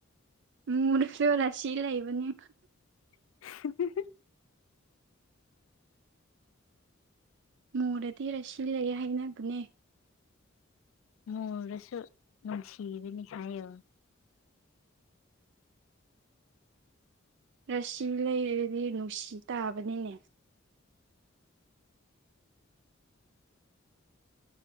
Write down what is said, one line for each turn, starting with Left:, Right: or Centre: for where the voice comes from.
Right: ꯃꯨꯔꯁꯨ ꯔꯥꯁꯤ ꯂꯩꯕꯅꯤ
Left: <inaudible>
Right: ꯃꯨꯔꯥꯗꯤ ꯔꯥꯁꯤ ꯂꯩ ꯍꯥꯏꯅꯕꯅꯦ
Left: ꯃꯨꯔꯁꯨ ꯅꯨꯡꯁꯤꯕꯅꯤ ꯍꯥꯏꯌꯣ
Right: ꯔꯁꯤ ꯂꯩꯔꯗꯤ ꯅꯨꯡꯁꯤ ꯇꯥꯕꯅꯤꯅꯦ